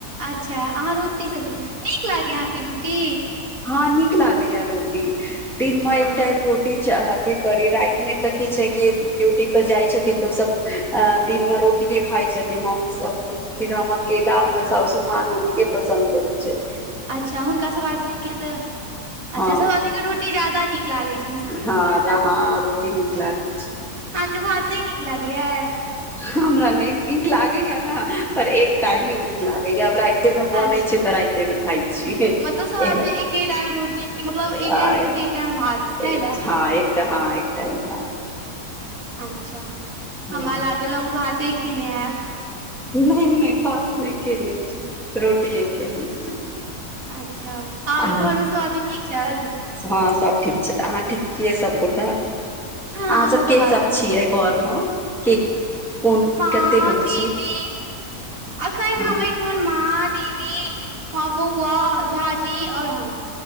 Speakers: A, on the right (about 60°); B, in the centre.
A: अच्छा अहाँ रोटी सब्जी नीक लागै अहाँके रोटी
B: हँ नीक लागैया रोटी दिन मऽ
A: हँ
B: एक टाइम रोटी चाहब भी करी रइत मऽ तऽ किछ छै कि ड्यूटी पर जाइ छथिन तऽ ओ सब अ दिन मे रोटिए खाइ छथिन हमसभ फिर हम अकेला हमर सउसोमाँ रोटी पसन्द करै छैय
A: अच्छा हुनका सभ आदमी के तऽ अच्छा
B: हँ
A: सब आदमी कऽ रोटी ज्यादा नीक लागैत छै।
B: हँ रोटी नीक लागैत छै
A: अहाँके भात नहि निक लागय यऽ
B: हमरा नहि नीक लागैया ने पर एक टाइम हीं नीक लागैया आब राइत तेमे बनै
A: अच्छा
B: छै तऽ राईते मऽ खाइ छी छी
A: मतलब सब आदमी
B: आ
A: एके टाइम रोटी मतलब
B: हँ
A: एक टाइम
B: आय
A: रोटी
B: हँ
A: एक टाइम भात सैह ने
B: तऽ हँ एक टाईम भात
A: अच्छा
B: हँ
A: हमरा लागल अहाँ भाते खेने हायब
B: नै नै भात नै केने छी रोटीए केने छी
A: अच्छा आओर
B: आ
A: घरमे सब आदमी ठीक छथि
B: हँ सब ठीक छैथ अहाँ ठीक छियै सभगोटा
A: हँ
B: अहाँ
A: हमहुँ
B: सब के
A: आदमी
B: सब छियै
A: ठीक छी
B: घरमे के कोन
A: माँ
B: कते लोक
A: दीदीजी
B: छी
A: अखैन
B: हँ
A: हम <unintelligible> माँ दीदी बौआ झाजी आओर हम